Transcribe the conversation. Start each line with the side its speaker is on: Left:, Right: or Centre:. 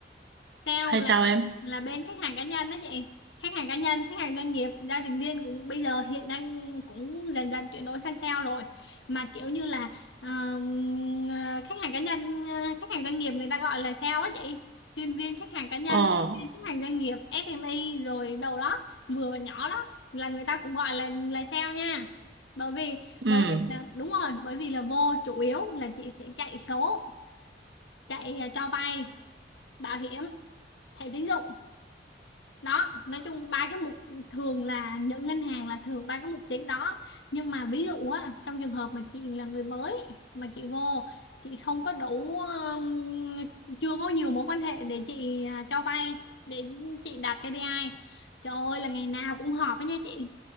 Left: sale
Right: hay
Left: là
Right: sao em
Left: là bên khách hàng cá nhân đó chị khách hàng cá nhân khách hàng doanh nghiệp giao dịch viên cũng bây giờ hiện đang cũng dần dần chuyển đổi sang sale rồi mà kiểu như là ờ, ờ, khách hàng cá nhân ờ, khách hàng doanh nghiệp người ta gọi là sale á chị chuyên viên khách hàng cá nhân
Right: ờ
Left: chuyên viên khách hàng doanh nghiệp SME rồi đầu đó vừa và nhỏ đó là người ta cũng gọi là là sale nha bởi vì bởi
Right: ừ
Left: vì là đúng rồi bởi vì là vô chủ yếu là chị sẽ chạy số chạy ờ, cho vay bảo hiểm thẻ tín dụng đó nói chung ba cái mục thường là những ngân hàng là thường ba cái mục chính đó nhưng mà ví dụ á trong trường hợp mà chị là người mới mà chị vô chị không có đủ um, chưa có nhiều mối quan hệ để chị à, cho vay để chị đạt KPI trời ơi là ngày nào cũng họp với nha chị